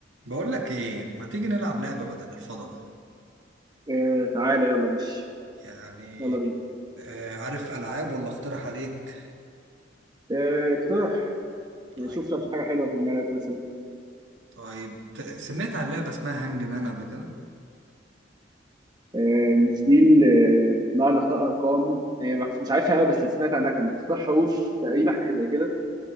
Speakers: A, on the right (about 85°); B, on the right (about 20°).
A: بقول لك ايه ما تيجي نلعب لعبة بدل الفضاء
B: آه تعالى يلا ماشي
A: يعني
B: يلا بينا
A: آه عارف العاب ولا اقترح عليك
B: آه اقترح
A: طيب
B: يعني شوف لو في حاجة حلوة في دماغك مثلا
A: طيب ت- سمعت عن لعبة اسمها هانج مان قبل كده
B: آه مش دي ال- آه، نقعد نختار أرقام آه مش مش عارفها قوي بس اللي سمعت عنها كانت بتختار حروف تقريبا حاجة زي كده